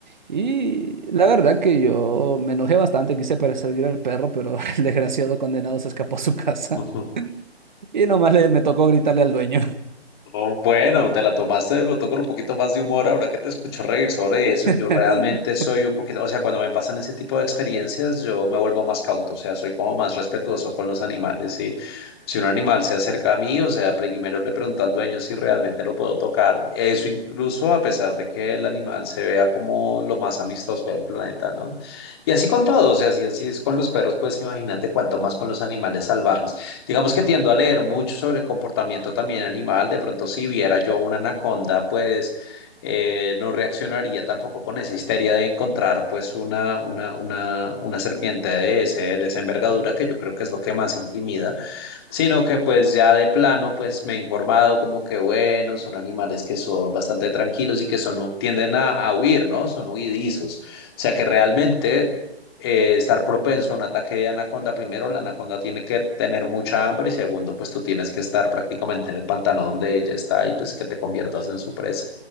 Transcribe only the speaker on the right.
Y la verdad que yo me enojé bastante, quise perseguir al perro, pero <laughs> el desgraciado condenado se escapó a su casa
y nomás le, me tocó gritarle al dueño.
<laughs>